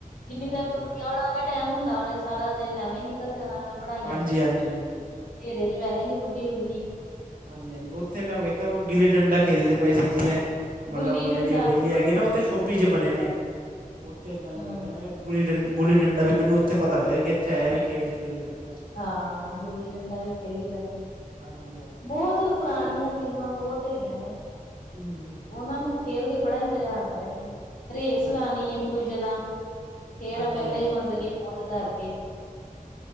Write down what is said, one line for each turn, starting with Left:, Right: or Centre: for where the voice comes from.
Left: ਜਿੰਨੀ
Right: ਹਾਂਜੀ
Left: ਦੇ ਨੂੰ
Right: ਹਾਂਜੀ
Left: ਗੁੱਡੀਆਂ ਉੜਾ ਆ ਟਾਈਮ ਹੁੰਦਾ ਵਾ, ਸਾਰਾ ਦਿਨ ਐਵੇਂ ਈਂ ਨਿਕਲ ਜਾਣਾ ਐ ਪੜ੍ਹਾਈਆਂ
Right: ਹਾਂਜੀ
Left: 'ਚ
Right: ਹਾਂਜੀ ਹਾਂਜੀ
Left: ਘੇਰੇ 'ਚ ਵੈਸੇ ਨੀ ਗੁੱਡੀ ਉੜਦੀ।
Right: ਹਾਂਜੀ-ਹਾਂਜੀ ਉੱਥੇ ਮੈਂ ਵੇਖਿਆ, ਓ ਗਿੱਲੀ-ਡੰਡਾ ਖੇਲਦੇ ਪਏ ਸੀ ਜਿਵੇਂ ਮਤਲਬ,
Left: ਗੁੱਲੀ
Right: ਓ
Left: ਡੰਡਾ
Right: ਜਿਹੜੀ ਹਵੇਲੀ ਹੈਗੀ ਨਾ ਉੱਥੇ ਸ਼ੋਪੀਜ
Left: ਗੁੱਲੀ
Right: 'ਚ ਬਣੇ
Left: ਡੰਡਾ
Right: ਨੇ ਓਥੇ ਮੈਨੂੰ
Left: ਹਮ
Right: ਐ ਵਿਖੇਆ ਮੈਂ ਕੇਆ ਗੁੱਲੀ-ਡੰਡਾ ਗੁੱਲੀ-ਦੰਦਾਂ ਵੀ ਮੈਨੂੰ ਉੱਥੇ ਪਤਾ ਲੱਗਿਆ ਕਿ ਐਵੀ ਖੇਲਦੇ ਗੱਲੀ-ਡੰਡਾ।
Left: ਹਾਂ, ਗੁੱਲੀ-ਡੰਡਾ ਵੀ ਖੇਲੀ ਦਾ ਸੀ,
Right: ਹਾਂਜੀ ਹਾਂਜੀ
Left: ਬੋਤ ਪੁਰਾਣੀਆਂ ਗੇਮਾਂ ਬੋਤ ਹੈਗੀਆਂ ਨੇ,
Right: ਹੂੰ ਹੂੰ ਹੂੰ
Left: ਓਨਾਂ ਨੂੰ ਖੇਲ ਕੇ ਬੜਾ ਈ ਮਜਾ ਆਦਾਂ ਏ, ਰੇਸ
Right: ਹਾਂਜੀ
Left: ਲਨੀਂ ਏਕ ਦੂਜੇ ਨਾਲ। ਕੇੜਾ,
Right: ਹਾਂਜੀ
Left: ਪੈਲੇ ਮਤਲਬ ਕਿ ਪੋਂਚਦਾ ਅੱਗੇ।